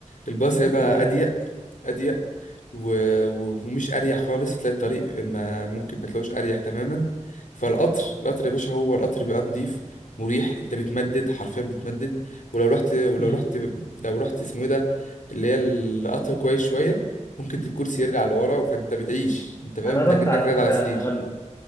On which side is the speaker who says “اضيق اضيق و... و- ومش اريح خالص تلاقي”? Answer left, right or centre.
Left